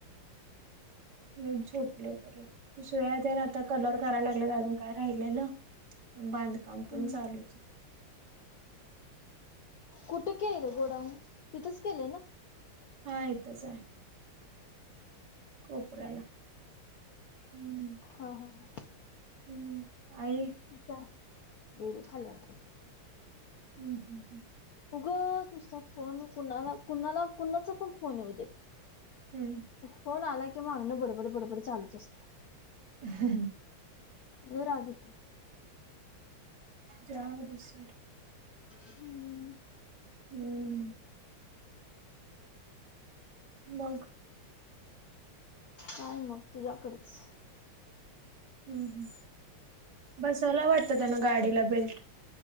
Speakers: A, on the right; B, on the left.
A: मी झोपले बर सोया त्याला आता कलर करायला लागल्यात अजून काय राहिलेल. बांधकाम पण
B: हम्म
A: चालूच आहे.
B: कुठं केलं गोडाऊन तिथंच केलंय ना.
A: हा इथेच आहे. कोपऱ्याला हम्म.
B: हा हा ह
A: हम्म हाय की
B: चहा येरे खाल्यात.
A: हम् हम् हम्
B: उगंच नुसतं फोन कुणाला, कुणाला कुणाचा पण फोन येऊ दे.
A: हम्म
B: फोन आला की मागणं बडबड बडबड चालूच असते.
A: ह हा ह
B: लय राग येतोय.
A: चहा बिस्कीट.
B: हम्म
A: हम्म मग
B: काय मग तुझ्याकडच.
A: हम् ह बसवला वाटतं त्यांना गाडीला बेल्ट.